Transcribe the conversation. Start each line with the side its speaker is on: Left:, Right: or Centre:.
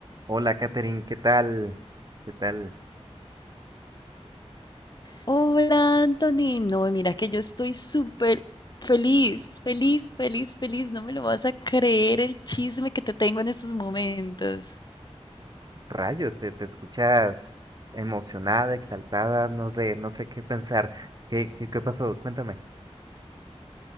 Right: Hola, Katherine, ¿qué tal? ¿Qué tal?
Left: Hola, Anthony. No, mira que yo estoy súper feliz, feliz, feliz, feliz. No me lo vas a creer el chisme que te tengo en estos momentos.
Right: Rayo, te, te escuchas emocionada, exaltada, no sé, no sé qué pensar. ¿Qué, qué, qué pasó? Cuéntame.